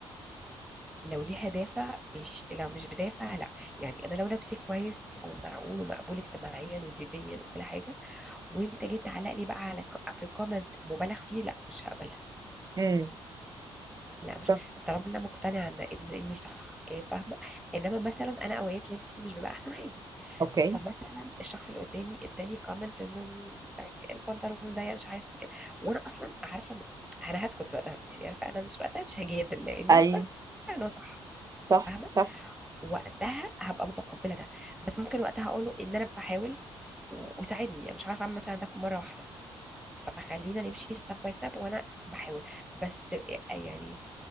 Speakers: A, in the centre; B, on the right.
A: لو ليها دافع مش لو مش بدافع لا يعني انا لو لبسي كويس ومعقول ومقبول اجتماعيا ودينيا وكل حاجه وانت جيت تعلق لي بقى على ك- في كومنت مبالغ فيه لا مش هقبلها
B: امم
A: لا
B: صح
A: مش طالما انا مقتنعه ان إن- اني صح إيه، فاهمه انما مثلا انا اوقات لبسي مش بيبقى احسن حاجه
B: اوكي
A: فمثلا الشخص اللي قدامي اداني كومنت انه like البنطلون ضيق مش عارف ايه كده وانا اصلا عارفه ان انا هسكت وقتها يعني عارفه انا مش وقتها مش هجادل لاني
B: اي
A: مقتنعه انه صح
B: صح
A: فاهمه
B: صح
A: وقتها هبقى متقبله ده بس ممكن وقتها اقوله ان انا بحاول و- وساعدني يعني مش عارفه اعمل مثلا ده مره واحده فخلينا نمشي ستيب باي ستيب وانا بحاول بس يعني